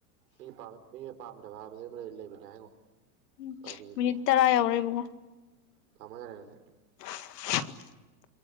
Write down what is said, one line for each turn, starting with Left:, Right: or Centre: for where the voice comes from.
Right: ꯃꯤ ꯄꯥꯝ ꯄꯥꯝꯗꯕ ꯍꯥꯏꯕꯖꯦ ꯂꯩꯕꯅꯦ ꯍꯥꯏꯒꯣ
Left: ꯎꯝ
Right: ꯀꯔꯤꯅꯣ
Left: ꯃꯤꯅꯤꯠ ꯇꯔꯥ ꯌꯥꯎꯔꯦ ꯏꯕꯨꯡꯉꯣ
Right: ꯊꯝꯃꯣ ꯌꯥꯔꯦ ꯑꯗꯨꯗꯤ
Left: <inaudible>